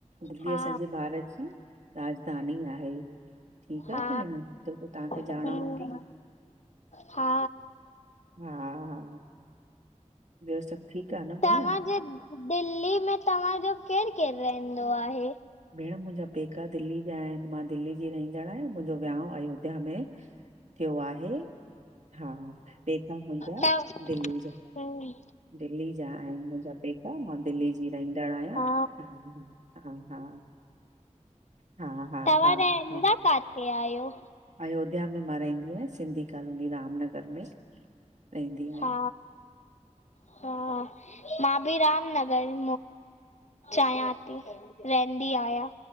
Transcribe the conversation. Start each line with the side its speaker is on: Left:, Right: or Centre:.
Right: दिल्ली
Left: हा,
Right: असांजे भारत जी राजधानी आहे ठीक आ
Left: हा,
Right: भेण त पो तां खे
Left: हम्म
Right: ॼाण हूंदी
Left: हा,
Right: हा हा ॿियो सभ ठीक आ न
Left: तव्हांजे
Right: भेण
Left: दिल्ली में तव्हां तव्हाजो केर केर रहंदो आहे
Right: भेण मुंहिंजा पेका दिल्ली जा आहिन। मां दिल्लीअ जी रहंदड़ आहियां। मुंहिंजो विहाउ अयोध्या में थियो आहे। हा पेका मुंहिंजा
Left: त
Right: दिल्ली जा
Left: हम्म,
Right: दिल्ली जा आहिन मुंहिंजा पेक मां दिल्ली जी रहिंदड़ आहियां
Left: हा,
Right: ह हा हा हा हा
Left: तव्हां
Right: हा
Left: रहंदा
Right: हा
Left: काथे आयो
Right: अयोध्या में मां रर्ईंदी आहियां, सिंधी कॉलोनी रामनगर में। रहंदी आहियां
Left: हा हा मां बि रामनगर चाहियां थी, रहंदी आहियां।